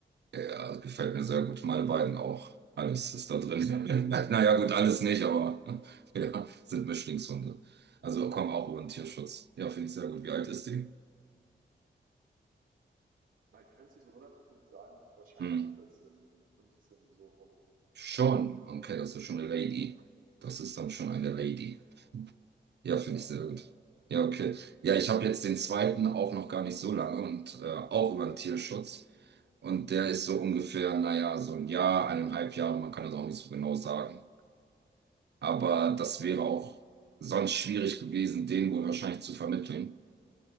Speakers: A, on the right; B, on the right.
A: Ja, gefällt mir sehr gut. Meine beiden auch. Alles ist da drin.
B: Ja.
A: <laughs> Naja, gut, alles nicht, aber <laughs> ja, sind Mischlingshunde. Also kommen auch über den Tierschutz. Ja, finde ich sehr gut. Wie alt ist die?
B: Man kann es nicht so 100% sagen, wahrscheinlich
A: Hm.
B: 14, 15 so rum.
A: Schon, okay, das ist schon eine
B: Ja,
A: Lady. Das ist dann schon eine Lady.
B: genau.
A: Ja, finde
B: Ja.
A: ich sehr gut. Ja, okay. Ja, ich habe jetzt den zweiten auch noch gar nicht so lange und äh, auch über den Tierschutz. Und der ist so ungefähr, naja, so ein Jahr, eineinhalb Jahre, man kann das auch nicht so genau sagen. Aber das wäre auch sonst schwierig gewesen, den wohl wahrscheinlich zu vermitteln.